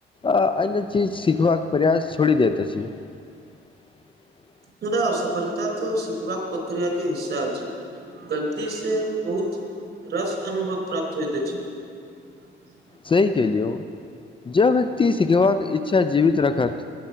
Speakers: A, on the left; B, on the right.
A: आ अन्य चीज सिखबाक प्रयास छोड़ि दैत अछि। <unintelligible>
B: मुदा असफलता तऽ सिखबाक प्रक्रिया के हिस्सा अछि गलती से बहुत रस अनुभव प्राप्त होइत अछि। <unintelligible>
A: सही केलियौ जब व्यक्ति सिखेबाक इच्छा जीवित रखत